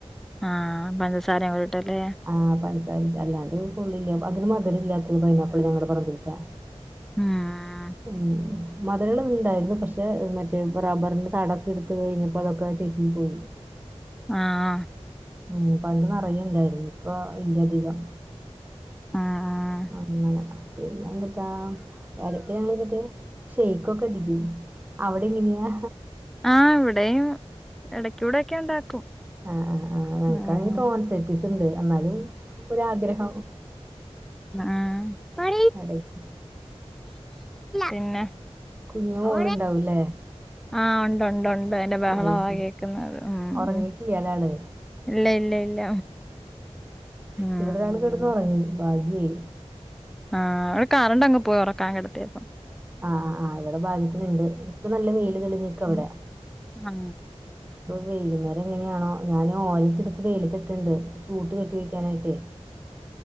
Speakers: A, in the centre; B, on the right (about 15°).
A: ആഹ് പഞ്ചസാരയും കൂടെ ഇട്ടല്ലേ
B: ആഹ് പഞ്ചസാര ഇട്ട് അല്ലാണ്ട് കൊള്ളില്ല അതിന് മധുരമില്ലാത്തത് പൈനാപ്പിൾ ഞങ്ങളുടെ പറമ്പിലത്തെ
A: ഉം
B: ഉം മധുരോള്ളത് ഉണ്ടായിരുന്നു പക്ഷെ മറ്റേ റബറിന്റെ തടം എടുത്ത് കഴഞ്ഞപ്പൊ അതൊക്കെ ചെത്തി പോയി
A: ആഹ്
B: ഉം പണ്ട് നറയെ ഇണ്ടായിരുന്നു ഇപ്പ ഇല്ലധികം
A: ആഹ്
B: അങ്ങനെ പിന്നെ എന്തുട്ടാ ഇടക്ക് ഞങ്ങള് മറ്റേ ഷെയ്ക്കൊക്കെ അടിക്കും അവിടെ എങ്ങനെയാ
A: ആഹ് ഇവിടെയും ഇടക്ക് ഇവിടൊക്കെ ഉണ്ടാക്കും
B: ആഹ് ആഹ് ആഹ് എനക്കാണെങ്കിൽ
A: ഉം
B: ടോൺസെറ്റീസ് ഉണ്ട് എന്നാലും ഒരാഗ്രഹം
A: ആഹ്
B: എടക്ക്
A: പിന്നെ
B: കുഞ്ഞു മോളുണ്ടാവൂല്ലേ
A: ഓ ആഹ് ഉണ്ട് ഉണ്ട് അതിന്റെ ബഹലോണ്
B: അത് ശരി
A: കേക്ക് ഉം
B: ഉറങ്ങിട്ടില്ല
A: ഉം
B: ലെ ആള്
A: ഇല്ല ഇല്ല ഇല്ല ഉം
B: ഇവിടെ ഒരാള് കിടന്ന് ഉറങ്ങി ഭാഗ്യായി
A: ആഹ് ഇവിടെ കറണ്ടങ്ങ് പോയി ഉറക്കാൻ കിടത്തിയപ്പം
B: ആഹ് ആഹ് ഇവിടെ ഭാഗ്യത്തിനുണ്ട് ഇപ്പൊ നല്ല വെയില് തെളിഞ്ഞിക്ക അവിടെ
A: ഉം ആഹ്
B: വൈകുന്നേരം എങ്ങനെയാണോ ഞാൻ ഓലക്കേ എടുത്ത് വെയിലത്തിട്ടിട്ടുണ്ട് ചൂട്ട് കെട്ടി വെക്കാനായിട്ട്